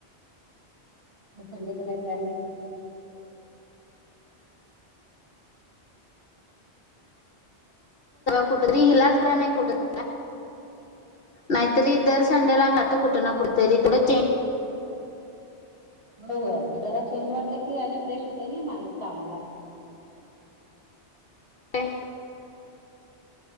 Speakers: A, on the right (about 25°); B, on the left (about 55°).
A: संडेचा काय प्लॅन नाही.
B: कुठत इलाास ब्रन कठ <inaudible> नाहीतरीदर संडेला जातो आ कुठ कुठेतरी तेवढेच चेंज.
A: होय होय जरा चेंज वाटलं की आणि फ्रेश होतय नाही माणूस कामाला.
B: तेे